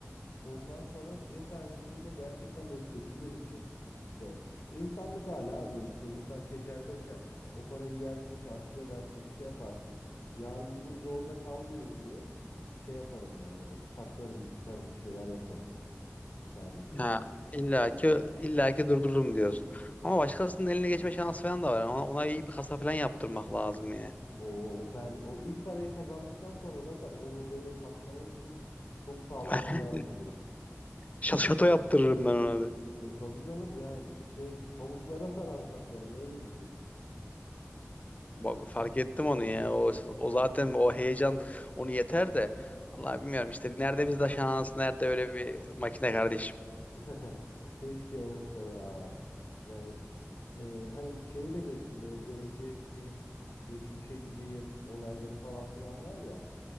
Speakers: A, on the left (about 85°); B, on the left (about 30°).
A: Ondan sonra bir tanesini de gerçekten böyle kötü gün için işte insanlık hali abi işte insan şeşer beşer. O parayı yersin çarçur edersin bir şey yaparsın. Yarın bir gün zorda kalmayayım diye şey yaparım yani onu saklarım bir tutarım bir şeyler yaparım. bir tanesini.
B: Ha, illaki illaki durdururum diyorsun. Ama başkasının eline geçme şansı falan da var. Ona, ona iyi bir kasa falan yaptırmak lazım yani.
A: O, o, pen, o ilk parayı kazandıktan sonra zaten onu böyle saklamak için çok sağlam
B: <laughs>
A: bir yer bulurum.
B: Ş- Şato yaptırırım ben ona da.
A: E, tabii canım yani şey pamuklara sarar saklarım öyle düşün.
B: Ba- Fark ettim onu ya. O, o zaten o heyecan onu yeter de. Vallahi bilmiyorum işte nerede bizde şans, nerede öyle bir makine kardeşim.
A: <laughs> Keşke olsa ya. Yani e, hani şeyi de geçtim böyle geleceğe gideyim, geçmişe gideyim olayları falan filan var ya.